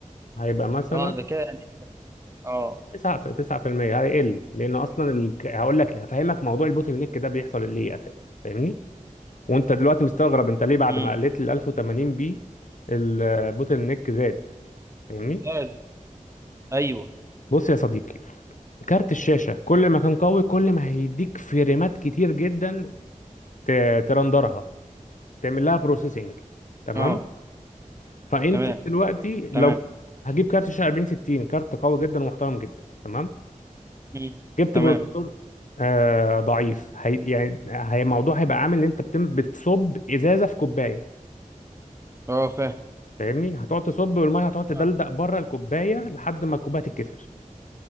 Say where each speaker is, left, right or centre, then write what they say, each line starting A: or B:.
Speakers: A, on the left; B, on the right.
A: هيبقى مثلا
B: اه ده كده يعني اه
A: 9 في- 9% هيقل لان اصلا ال... هقول لك هفهمك موضوع البوتل نيك ده بيحصل ليه اساسا فاهمني وانت دلوقتي مستغرب انت ليه بعد
B: امم
A: ما قلت ال 1080 بي البوتل نيك زاد فاهمني
B: ده- ايوه
A: بص يا صديقي كارت الشاشة كل ما كان قوي كل ما هيديك فريمات كتير جدا ت- ترندرها تعمل لها بروسيسنج تمام
B: اه
A: فانت
B: تمام
A: دلوقتي لو
B: تمام
A: هجيب كارت شاشة 4060 كارت قوي جدا ومحترم جدا تمام
B: امم
A: جبت
B: تمام
A: بروسيسور آه ضعيف هي يعني هي الموضوع هيبقى عامل ان انت بتم بتصب ازازة في كوباية
B: اه فاهم
A: فاهمني هتقعد تصب والميه هتقعد تدلدق
B: فاهم
A: بره الكوباية لحد ما الكوباية تتكسر